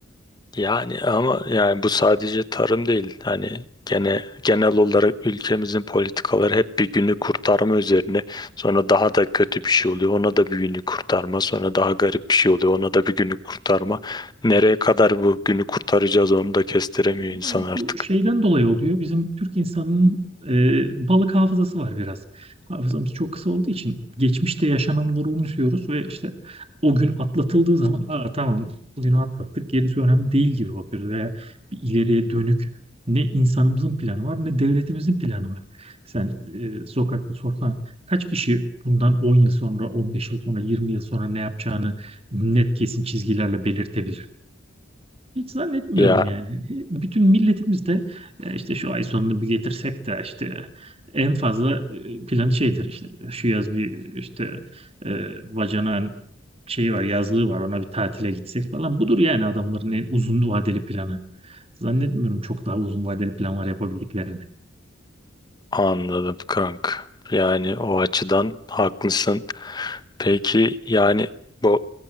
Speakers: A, on the left; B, on the right.
A: Yani ama yani bu sadece tarım değil. Hani gene genel olarak ülkemizin politikaları hep bir günü kurtarma üzerine. Sonra daha da kötü bir şey oluyor. Ona da bir günü kurtarma. Sonra daha garip bir şey oluyor. Ona da bir günü kurtarma. Nereye kadar bu günü kurtaracağız onu da kestiremiyor
B: Ya
A: insan artık.
B: bu şeyden dolayı oluyor. Bizim Türk insanının e, balık hafızası var biraz. Hafızamız çok kısa olduğu için geçmişte yaşananları unutuyoruz ve işte o gün atlatıldığı zaman Aa, tamam bugünü atlattık gerisi önemli değil gibi bakıyoruz veya bir ileriye dönük ne insanımızın planı var ne devletimizin planı var. Sen e, sokakta sorsan kaç kişi bundan 10 yıl sonra, 15 yıl sonra, 20 yıl sonra ne yapacağını net kesin çizgilerle belirtebilir? Hiç zannetmiyorum
A: Ya
B: yani. Bütün milletimiz de "Ya işte şu ay sonunu bir getirsek de işte en fazla e, planı şeydir işte şu yaz bir işte e, bacanağın şeyi var yazlığı var ona bir tatile gitsek falan. Budur yani adamların en uzun vadeli planı. Zannetmiyorum çok daha uzun vadeli planlar yapabildiklerini.
A: anladım kank. Yani o açıdan haklısın. Peki yani bu